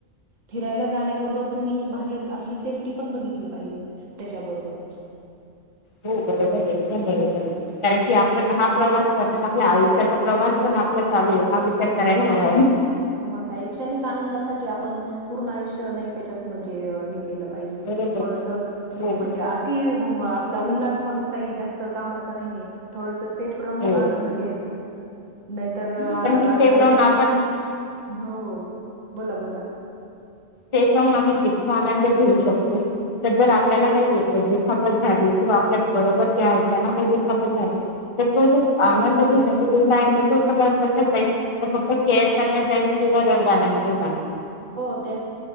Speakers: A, on the right; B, on the left.
A: फिरायला जाण्याबरोबर तुम्ही बाहेर आपली सेफ्टी पण बघितली पाहिजे त्याच्याबरोबर.
B: हो बरोबर एकदम बरोबर कारण की आपण हा प्रवास करताना आपल्या आयुष्याचा प्रवास पण आपण चालू हा विचार करायला हवा आहे.
A: म काय एक कषणिक आनंदासाठी आपण पूर्ण आयुष्य नाही त्याच्यात म्हणजे केलं पाहिजे
B: बरोबर
A: थोडस म्हणजे
B: हो.
A: आती आपला उल्हास पण काही जास्त कामाचा नाहीये थोडस सेफ राहून
B: हो
A: आनंद घ्यायचा. नाही तर
B: कारण
A: आजकाल
B: की सेफ राहून
A: ते
B: आपण
A: हो बोला बोला.
B: सेफ राहून आपण जितक आनंद घेऊ शकतो तर जर आपल्याला काही दुखापत झाली जे आपल्या बरोबर जे आहेत त्यांना जर दुखापत झाली तर ते जो आनंद घेण्या सगळ कस जाईल तर फक्त केअर करण्यात जाईल किंवा रड गाण्या मध्ये
A: हो तेच